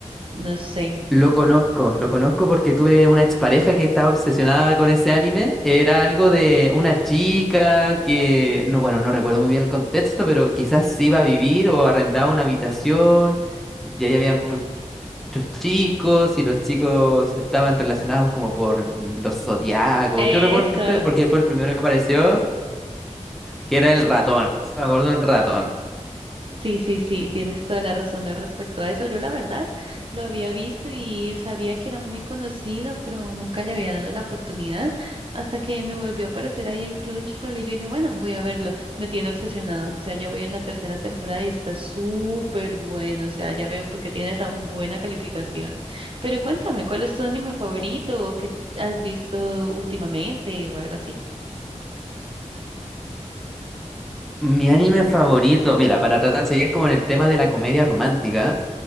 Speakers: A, on the right; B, in the centre.
A: No sé.
B: Lo conozco, lo conozco porque tuve una expareja que estaba obsesionada con ese anime. Era algo de una chica que, no, bueno, no recuerdo muy bien el contexto, pero quizás se iba a vivir o arrendaba una habitación y ahí había muchos chicos y los chicos estaban relacionados como por mm, los zodiacos.
A: Eso,
B: Yo recuerdo siempre porque fue el primero que apareció, que era el ratón. Me acuerdo del ratón.
A: sí, sí, sí, tienes toda la razón al respecto a eso. Yo la verdad lo había visto y sabía que era muy conocido, pero nunca le había dado la oportunidad hasta que me volvió a aparecer ahí en Crunchyroll y yo dije, bueno, voy a verlo. Me tiene obsesionado, o sea, ya voy en la tercera temporada y está súper bueno, o sea, ya veo por qué tiene tan buena calificación. Pero cuéntame, ¿cuál es tu anime favorito o qué has visto últimamente o algo así?
B: Mi anime favorito, mira, para tratar de seguir como en el tema de la comedia romántica,